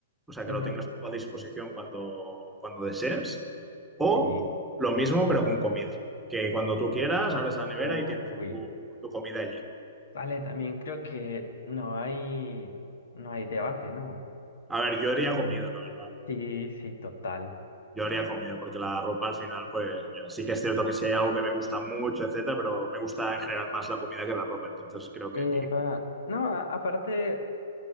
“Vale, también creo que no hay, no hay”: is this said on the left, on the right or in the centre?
Left